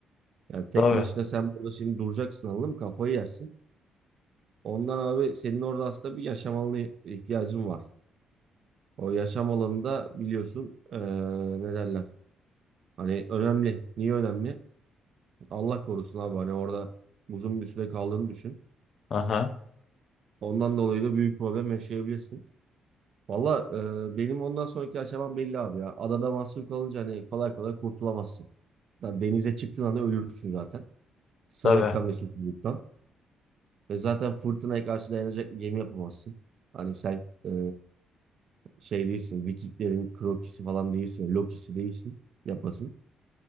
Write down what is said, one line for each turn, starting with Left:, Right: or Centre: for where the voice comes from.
Right: Yani tek
Left: Tabii.
Right: başına sen burada şimdi duracaksın anladın mı? Kafayı yersin. Ondan abi senin orada aslında bir yaşam alanı ihtiyacın var. O yaşam alanında biliyorsun e, ne derler? Hani önemli. Niye önemli? Allah korusun abi. Hani orada uzun bir süre kaldığını düşün.
Left: Aha,
Right: Ondan dolayı da büyük problem yaşayabilirsin. Valla e, benim ondan sonraki aşamam belli abi ya. Adada mahsur kalınca hani kolay kolay kurtulamazsın. Yani denize çıktığın anda ölürsün zaten. Sıcaktan
Left: tabii.
Right: ve susuzluktan. Ve zaten fırtınaya karşı dayanacak bir gemi yapamazsın. Hani sen e, şey değilsin. Vikinglerin Kroki'si falan değilsin. Loki'si değilsin. Yapasın.